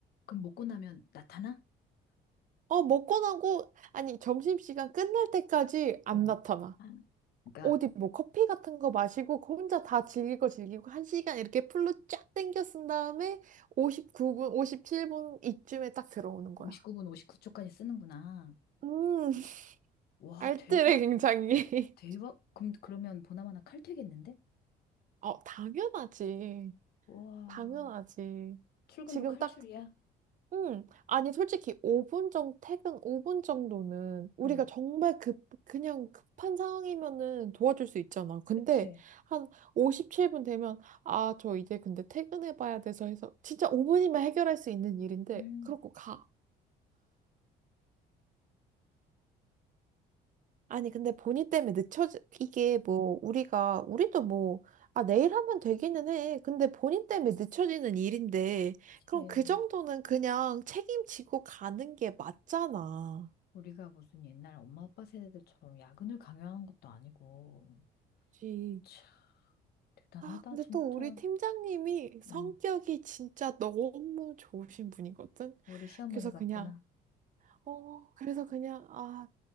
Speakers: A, on the left (about 65°); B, on the right (about 50°).
A: 그럼 먹고 나면 나타나?
B: 어, 먹고 나고, 아니, 점심시간 끝날 때까지 안
A: 어.
B: 나타나.
A: 아, 그러니까
B: 어디 뭐 커피 같은 거 마시고 그 혼자 다 즐기고 즐기고 한 시간 이렇게 풀로 쫙 땡겨 쓴 다음에 59분, 57분 이쯤에 딱 들어오는 거야.
A: 59분 59초까지 쓰는구나.
B: 음, <laughs>
A: 와,
B: 알뜰해,
A: 대박.
B: 굉장히.
A: 대박. 그럼 그러면 보나마나 칼퇴겠는데?
B: <laughs> 어, 당연하지.
A: 와,
B: 당연하지.
A: 출근도
B: 지금
A: 칼출이야.
B: 딱 음, 아니, 솔직히 5분 정도, 퇴근 5분 정도는 우리가
A: 응.
B: 정말 급, 그냥 급한 상황이면은 도와줄 수 있잖아. 근데
A: 그치?
B: 한 57분 되면, 아, 저 이제 근데 퇴근해봐야 돼서 해서 진짜 5분이면 해결할 수 있는 일인데,
A: 음.
B: 그러고 가. 아니, 근데 본인 때문에 늦춰지, 이게 뭐, 우리가, 우리도 뭐, 아, 내일 하면 되기는 해. 근데 본인 때문에 늦춰지는 일인데,
A: 그치.
B: 그럼 그 정도는 그냥 책임지고 가는 게 맞잖아.
A: 우리가 무슨 옛날 엄마 아빠 세대들처럼 야근을 강요하는 것도 아니고.
B: 그치.
A: 참, 대단하다,
B: 아, 근데
A: 진짜.
B: 또 우리 팀장님이 성격이
A: 응
B: 진짜 너무 좋으신 분이거든.
A: 우리 시어머니
B: 그래서
A: 같구나.
B: 그냥, 어, 그래서 그냥, 아,